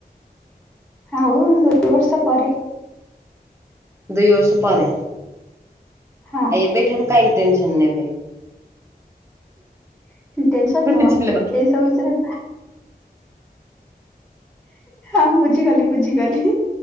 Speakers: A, in the centre; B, on the right (about 15°).
A: ଆଉ ଦୁଇ ବର୍ଷ ପରେ।
B: ଦୁଇ ବର୍ଷ ପରେ।
A: ହଁ
B: ଆଉ ଏବେଠାରୁ କାଇଁ ଟେନସନ ନେବେ?
A: ଟେନସନ ନୁହଁ
B: ବୁଝିଲ।
A: ଏଇ ସବୁ ବିଷୟରେ ହଁ ବୁଝିଗଲି ବୁଝିଗଲି।